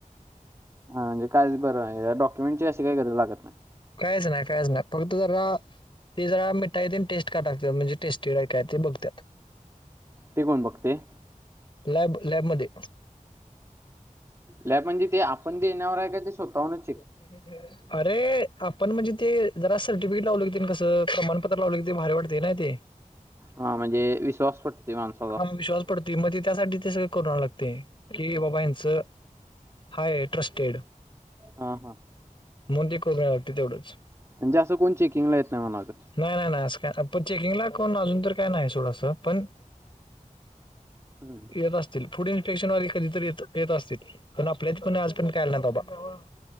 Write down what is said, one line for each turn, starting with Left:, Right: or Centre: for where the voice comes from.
Right: हां म्हणजे काय बरं या डॉक्युमेंट काही गरज लागत नाही.
Left: काहीच नाही काहीच नाही पण त जरा ते जरा मिठाईत टेस्ट का टाकतात म्हणजे टेस्टीड काय ते बघतात.
Right: ते कोण बघते.
Left: लॅब लॅबमध्ये
Right: लॅब म्हणजे ते आपण जे येणार वर आहे का ते स्वतःहूनचं
Left: ह. अरे आपण म्हणजे ते जरा सर्टिफिकेट लावलं कसं प्रमाणपत्र लावलं का भारी वाटते ते. <inaudible>
Right: हा म्हणजे विश्वास पटते माणसाला
Left: हा विश्वास पडतोय मग ते त्यासाठी ते सगळं कर लागते की बाबा हचं हाय ट्रस्टेड
Right: हा हा
Left: म्हणून ते करून यायला लागते तेवढंच
Right: म्हणजे असं कोण चेकिंग ला येत नाही मलाचं
Left: नाही नाही नाही अस काय प चेकिंग ला करून ना अजून तर काय नाही थोडंसं पण
Right: हम्म.
Left: येत असेल फूड इन्फेक्शन वगर कधी य येत असतील पण आपल्या कोणी आजपर्यंत कायला नाहीत बाबा